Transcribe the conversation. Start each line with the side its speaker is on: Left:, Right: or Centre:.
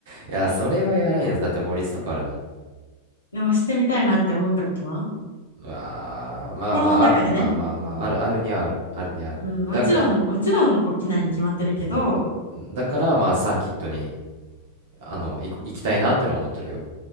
Right: や、それはやらんやつ。だって法律とかあるもん。
Left: でもしてみたいなって思ったことは
Right: うわー、まあまあ、
Left: 心の中でね。
Right: あら、まあまあまあ、
Left: うん。
Right: ある、あるにはある、あるにはある。
Left: うん、もちろん、
Right: だから、
Left: もちろん起きないに決まってるけど、
Right: そうだから、まあ、サーキットに、あの、行こ行きたいなってのは思ってるよ。